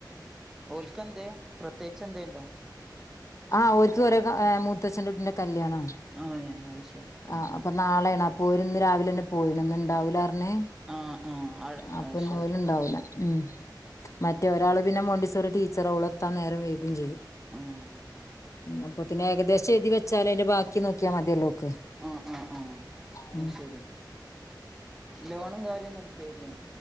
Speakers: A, in the centre; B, on the left (about 40°).
A: ഓല്ക്ക്‌ എന്തേ പ്രത്യേകിച്ച് എന്തെ ണ്ടോ
B: ആഹ് ഒർക്ക് ഒര് ഏ മൂത്തച്ഛന്റെറ കുട്ടിന്റെ കല്യാണാണ്
A: ആഹ് <unintelligible>
B: ആഹ്
A: ഉം
B: അപ്പൊ നാളേണ് അപ്പൊ ഓര് ഇന്ന് രാവിലെ തന്നെ പോയിണ് ഇന്ന് ഇണ്ടാവൂലർഞ്ഞ്
A: ആഹ് ആഹ് അഹ്
B: അപ്പൊ
A: അത്
B: ഇന്ന്
A: ശരി
B: ഓൽ ഇണ്ടാവൂല ഉം മറ്റേ ഒരാള് പിന്നെ മോണ്ടിസോറി ടീച്ചറാ ഓള് എത്താൻ നേരം വെയ്കും ചെയ്യും
A: ആഹ്
B: അപ്പോത്തിന് ഏകദേശം എഴുതി വച്ചാൽ അതിന്റെ ബാക്കി നോക്കിയാ മതിയല്ലോ ഓക്ക്
A: ആഹ് ആഹ് ആഹ്
B: ഉം
A: അയ്ശരി ലോണും കാര്യം എടുക്കല്ലേ